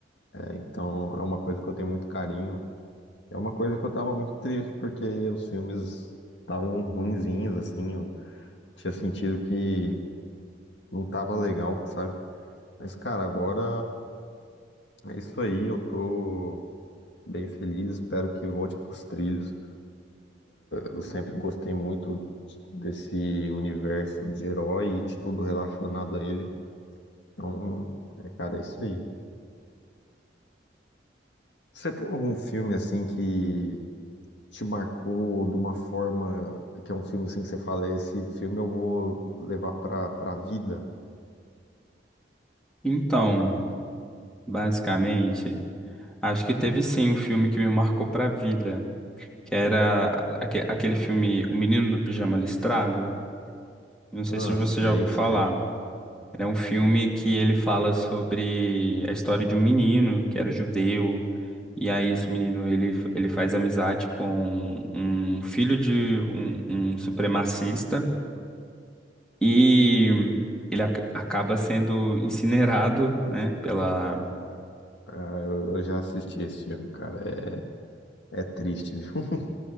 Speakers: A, on the left; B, in the centre.
A: É, então é uma coisa que eu tenho muito carinho. É uma coisa que eu tava muito triste porque os filmes estavam ruinzinhos assim, eu tinha sentido que não tava legal, sabe? Mas cara, agora é isso aí, eu tô Bem feliz, espero que volte para os trilhos. Eu sempre gostei muito desse universo de herói e de tudo relacionado a ele. Então, é, cara, é isso aí. Você tem algum filme assim que te marcou de uma forma que é um filme assim que você fala, esse filme eu vou levar pra, pra vida?
B: Então, basicamente. Acho que teve sim um filme que me marcou pra vida, que era aque- aquele filme O Menino do Pijama Listrado. Não sei
A: Ah,
B: se você
A: sei,
B: já ouviu falar.
A: sei.
B: Ele É um filme que ele fala sobre a história de um menino que era judeu. E aí esse menino ele, ele faz amizade com um filho de um, um supremacista e ele ac- acaba sendo incinerado, né, pela
A: Ah, eu, eu já assisti esse filme, cara. É, é triste, viu? <laughs>